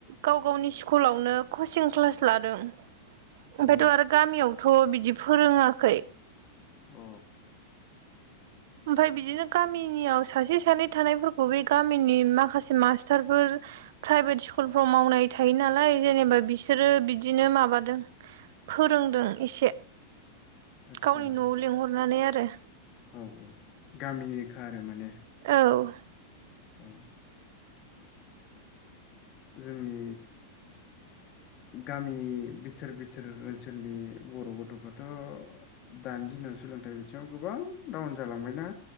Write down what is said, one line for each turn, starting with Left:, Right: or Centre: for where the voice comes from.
Right: गाव गावनि स्कुलावनो कचिं क्लास लादों ओमफायथ'
Left: अ
Right: आरो गामियावथ' बिदि फोरोङाखै
Left: अ
Right: ओमफ्राय बिदिनो गामिनियाव सासे सानै थानायफोरखौ बे गामिनि माखासे मास्टारफोर प्राइभेट स्कुलफ्राव मावनाय थायो नालाय जेनेबा बिसोरो बिदिनो माबादों। फोरोंदों इसे
Left: आदसा
Right: गावनि न'आव लिंहरनानै आरो
Left: औ औ गामिनिनोखा आरो माने
Right: औ
Left: औ जोंनि गामि बिथोर बिथोर ओनसोलनि बर' गथ'फ्राथ' दानि दि जों सोलोंथाइ बिथिङाव गोबां डाउन जालांबायना